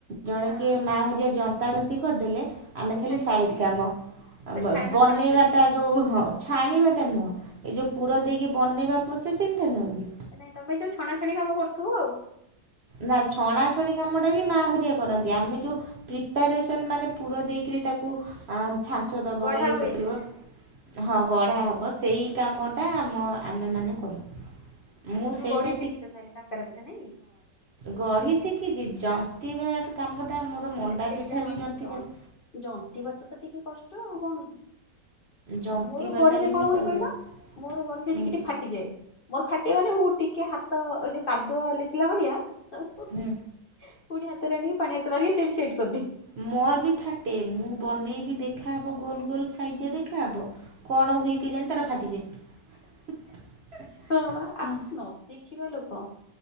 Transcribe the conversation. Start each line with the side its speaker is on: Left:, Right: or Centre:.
Right: ଜଣେ
Left: ହଁ
Right: କିଏ ମା ହରିଆ ଜନ୍ତା ଜନ୍ତୀ କରିଦେଲେ ଆମେ ଖାଲି
Left: ଛାଣିବ
Right: ସାଇଡ଼୍ କାମ।
Left: ଆଉ
Right: ବ
Left: ଛାଣା
Right: ବନେଇବାଟା
Left: ଛଣାଛଣି
Right: ଓ ହ ଛାଣିବାଟା ନୁହଁ, ଏ ଯେଉଁ ପୁର ଦେଇକି ବନେଇବା ପ୍ରୋସେସିଙ୍ଗଟା ନୁହେଁ କି
Left: ନାଇଁ ତମେ ଯୋଉ ଛଣାଛଣି କାମ କରୁଥିବ ଆଉ।
Right: ନା ଛଣାଛଣି କାମଟା ବି ମା ହରିଆ କରନ୍ତି ଆମେ ଯୋଉ ପ୍ରିପାରେସନ୍ ମାନେ ପୁର ଦେଇକରି ତାକୁ ଛାଞ୍ଚ ଦେବ,
Left: ଗଢା
Right: ଇଏ
Left: ହୁଏ
Right: କରିବ।
Left: ଯୋଉ
Right: ହଁ ଗଢ଼ା ହବ ସେଇ କାମଟା ମ ଆମେମାନେ କରୁ।
Left: ଆଚ୍ଛା
Right: ମୁଁ
Left: ତମେ
Right: ସେଇଟା
Left: ଗଢି ଶିଖିଛ ତା ହେଲେ କାକରା ପିଠା ନାଇଁ।
Right: ଗଢି ଶିଖିଛି, ଜନ୍ତିବାର କାମ ଟା- ମୋର ମଣ୍ଡା
Left: ସେଇଟା
Right: ପିଠା
Left: ହଁ
Right: ବି
Left: ସେ
Right: ଜନ୍ତିବାର
Left: ଯ ଜନ୍ତିବାଟା ତ ଟିକେ କଷ୍ଟ, ଆଉ କଣ କି!
Right: ଜନ୍ତିବାଟା
Left: ମୋର ଗଢିଲେ
Right: ବି
Left: କଣ
Right: ମୁଁ
Left: ହୁଏ
Right: କରିପାରେ
Left: କହିଲ, ମୋର ଗଢିଲେ
Right: ହୁଁ
Left: ଟିକେ ଟିକେ ଫା ଟେ। ମୋର ଫାଟିିବ ମାନେ ମୁଁ ଟିକେ ହାତ ଏ ଯୋଉ କାଦୁଆ ଲେଶିଲା ଭଳିଆ ପୁଣି
Right: ହୁଁ
Left: ହାତରେ ଆଣି ପାଣି ହାତ ମାରି ସେଇଠି ସେଟ୍ କରି ଦିଏ।
Right: ମୋର ବି ଫାଟେ। ମୁଁ ବନେଇବି ଦେଖାହେବ ଗୋଲ୍ ଗୋଲ୍ ସାଇଜ଼ିଆ ଦେଖାହେବ। କଣ ହୁଏ କେ ଜାଣି ତାର ଫାଟିଯାଏ।
Left: ଷ୍ଟ ହବା।
Right: ହୁଁ
Left: ଆ ନ ଶିଖିବା ଲୋକ